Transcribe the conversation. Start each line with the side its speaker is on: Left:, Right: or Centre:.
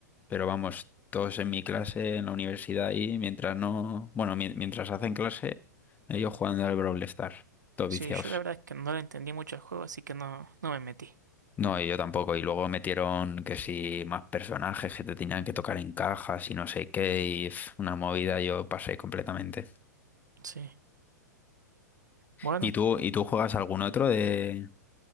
Left: Pero vamos, todos en mi clase, en la universidad y mientras no, bueno, mi- mientras hacen clase, ellos jugando al Brawl Stars, todos
Right: Sí,
Left: viciados.
Right: yo la verdad es que no le entendí mucho al juego, así que no, no me metí.
Left: No, y yo tampoco. Y luego metieron que si más personajes que te tenían que tocar en cajas y no sé qué, y pf, una movida yo pasé completamente.
Right: Sí. Bueno.
Left: ¿Y tú, y tú juegas algún otro de,